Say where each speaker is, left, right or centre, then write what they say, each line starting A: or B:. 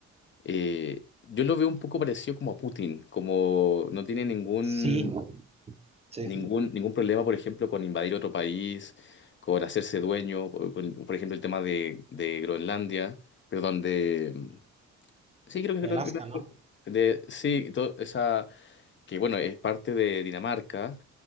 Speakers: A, on the left; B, on the right.
A: eh, yo lo veo un poco parecido como a Putin, como no tiene ningún,
B: Sí, Sí,
A: ningún, ningún problema, por ejemplo, con invadir otro país, con hacerse dueño, por- con, por ejemplo, el tema de, de Groenlandia, perdón, de... Sí, creo que
B: de
A: es Groenlandia.
B: Alaska, ¿no?
A: De, sí, to- esa, que bueno, es parte de Dinamarca